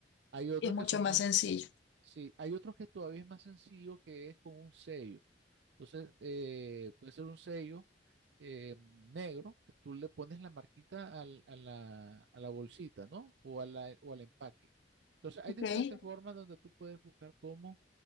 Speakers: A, on the right (about 70°); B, on the left (about 75°).
A: Hay otros
B: y es mucho
A: que son
B: más
A: más,
B: sencillo,
A: sí, hay otros que todavía es más sencillo que es con un sello. Entonces, eh, puede ser un sello eh, negro que tú le pones la marquita al- a la, a la bolsita, ¿no? O, a la- o al empaque. Entonces, hay
B: ok.
A: diferentes formas donde tú puedes buscar cómo